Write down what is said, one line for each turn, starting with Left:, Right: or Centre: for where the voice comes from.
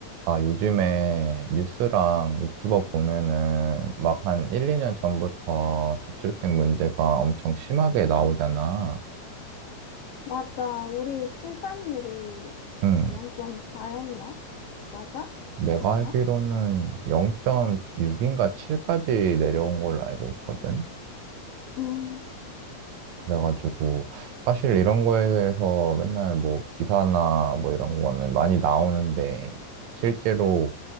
Right: 아, 요즘에 뉴스랑 유튜버 보면은 막 한 1, 2년 전부터 저출생 문제가 엄청 심하게 나오잖아.
Left: 맞아. 우리 출산율이
Right: 음,
Left: 0.4였나? 맞아?
Right: 내가
Left: 그랬나?
Right: 알기로는 0.6인가 7까지 내려온 걸로 알고 있거든.
Left: 음,
Right: 그래가지고 사실 이런 거에 대해서 맨날 뭐 기사나 뭐 이런 거는 많이 나오는데 실제로